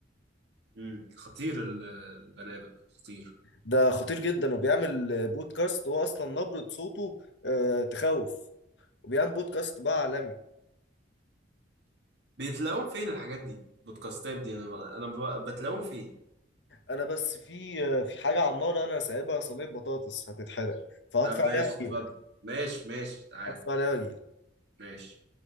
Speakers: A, on the right (about 65°); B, on the left (about 70°).
A: امم خطير ال- البني ادم ده خطير
B: ده خطير جدا وبيعمل آه، بودكاست هو أصلا نبرة صوته آه، تخوف وبيعمل بودكاست بقى عالمي
A: بيتلاقوهم فين الحاجات دي البودكاستات دي انا انا ب- بتلاقوهم فين
B: أنا بس في آه، في حاجة على النار أنا سايبها صينية بطاطس هتتحرق فهطفي
A: طب
B: عليها
A: ماشي <laughs> اتفضل
B: وأجيلك.
A: ماشي ماشي تعال
B: اطفال واجي
A: ماشي